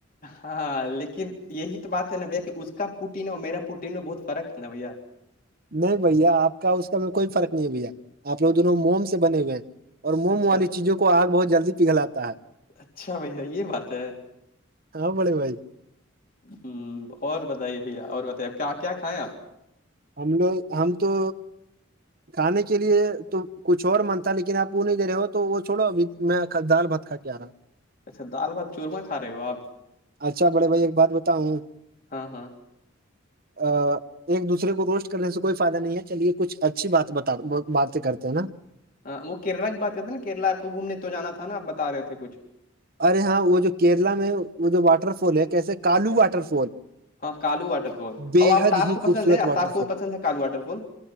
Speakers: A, on the left; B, on the right.
A: ہاں لیکن یہی تو بات ہے نبھیا کہ اس کا پوٹین اور میرا پٹین میں بہت فرق ہے نوھیا
B: نہیں بھیا آپ کا اس کا میں کوئی فرق نہیں ہے بھیا آ لوگ دونوں موم سے بنے ہوئے ہیں اور موم
A: اچھا
B: والی چیزوں کو آگ بہت جلدی پگلاتا ہے
A: اچھا بھیا یہ بات ہے
B: ہاں بڑے بائی
A: ہ اور بتائیے بھیا اور بتائیے کیا کھائیں آپ
B: ہم لوگ ہم تو کھانے کے لیے تو کچھ اور من تھا لیکن آپ وہ نہیں دے رہے ہو تو وہ چھڑو اب میں دال بت کا کے آ رہا
A: اچھا دال بھات چورما کھا رہے ہو آپ
B: اچھا بڑے بھائی ایک بات بتاؤوں
A: ہاں ہاں
B: ا ایک دوسرے کو روسٹ کرنے سے کوئی فائدہ نہیں ہے چلیے کچھ اچھی بات ب باتیں کرتے ہیں نا
A: ہاں وہ کیرلا کی بات کرتے نا کیرلا آپ کو گھومنے تو جانا تھا نا آ بتا رہے تھے کچھ
B: ارے ہاں وہ جو کیرلا میں وہ جو واٹر فال ہے کیسے کالو واٹر فال
A: ہاں کالو واٹر فال
B: بےحد
A: اور آفتاب
B: ہی
A: کو
B: خوبصورت
A: پسند ہے
B: واٹر
A: آفتاب کو
B: فال
A: پسند ہے کالو واٹر فال